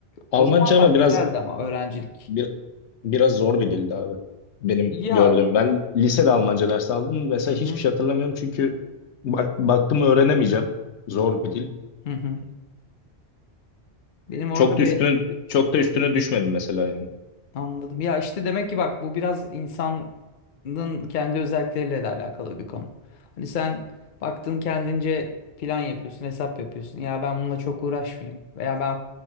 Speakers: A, on the left (about 80°); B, on the left (about 50°).
A: Almanca
B: o zamanlar
A: ama
B: güzeldi
A: biraz
B: ama öğrencilik.
A: Bir, biraz zor bir dildi abi. Benim
B: Ya
A: gördüğüm. Ben lisede Almanca dersi aldım. Mesela
B: hı
A: hiçbir
B: hı,
A: şey hatırlamıyorum çünkü bak, baktım öğrenemeyeceğim. Zor bir dil.
B: hı hı. Benim orada
A: Çok da üstüne,
B: be
A: çok da üstüne düşmedim mesela yani.
B: Anladım. Ya işte demek ki bak bu biraz insanın kendi özellikleriyle de alakalı bir konu. Hani sen baktın kendince plan yapıyorsun, hesap yapıyorsun. Ya ben bununla çok uğraşmayayım veya ben